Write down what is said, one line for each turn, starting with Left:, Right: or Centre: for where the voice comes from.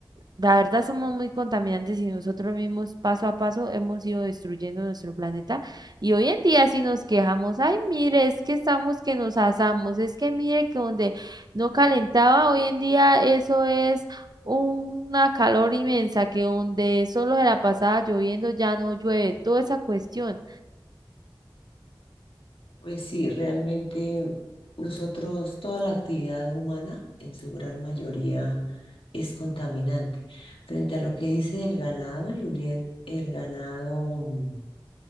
Right: la verdad somos muy contaminantes y nosotros mismos paso a paso hemos ido destruyendo nuestro planeta y hoy en día si nos quejamos, ay, mire, es que estamos que nos asamos, es que mire que donde no calentaba hoy en día eso es una calor inmensa, que donde solo se la pasaba lloviendo ya no llueve, toda esa cuestión.
Left: Pues sí, realmente nosotros, toda la actividad humana en su gran mayoría es contaminante. Frente a lo que dice el ganado, Juliet, el ganado mm,